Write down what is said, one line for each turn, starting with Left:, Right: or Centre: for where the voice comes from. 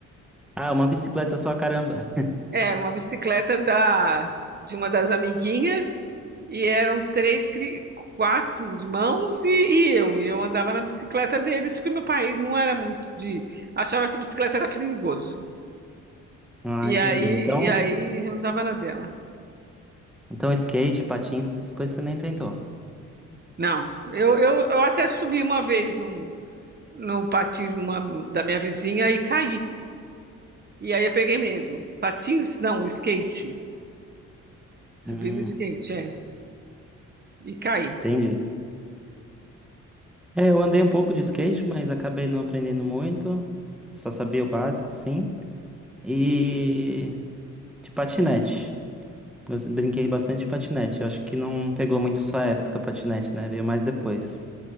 Centre: Ah, uma bicicleta só, caramba. <laughs>
Right: Era uma bicicleta da de uma das amiguinhas e eram três, cri- quatro irmãos e, e eu. E eu andava na bicicleta deles porque meu pai não era muito de... Achava que bicicleta era perigoso.
Centre: Ah,
Right: E
Centre: entendi.
Right: aí,
Centre: Então,
Right: e aí eu andava na dela.
Centre: então skate, patins, essas coisas você nem tentou.
Right: Não, eu, eu, eu até subi uma vez num, num patins numa, da minha vizinha e caí. E aí eu peguei medo. Patins, não, skate. Subi
Centre: Hum,
Right: no skate, é. E caí.
Centre: entendi. É, eu andei um pouco de skate, mas acabei não aprendendo muito. Só sabia o básico, sim. E de patinete. Eu brinquei bastante de patinete. Eu acho que não pegou muito sua época, patinete, né? Veio mais depois.